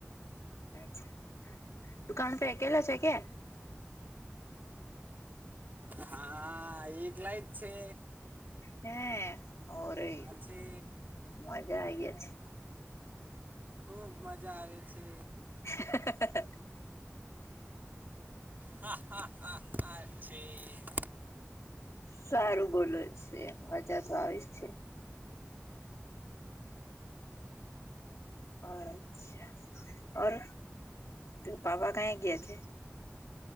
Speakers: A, on the left (about 80°); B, on the right (about 40°).
A: હ દુકાન ફે એકેલા છે કે?
B: હા એકલાય જ છે.
A: હે ઓરે
B: આ છે
A: મજા આયા છે.
B: ખૂબ મજા આવેે છે.
A: હ <unintelligible>
B: હા હા હા હાછી. <unintelligible>
A: સારું બોલો છે મજા તો આવી જ છે. અચ્છા, પાપા કહે ગયા છે?